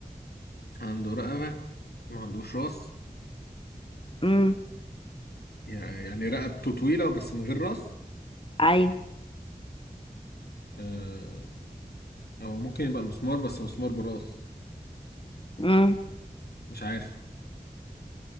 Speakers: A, on the left; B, on the left.
A: عنده رقبه ما عندوش راس
B: امم
A: يع- يعني رقبته طويله بس من غير راس
B: ايوه
A: آه، هو ممكن يبقى المسمار بس مسمار براس
B: امم
A: مش عارف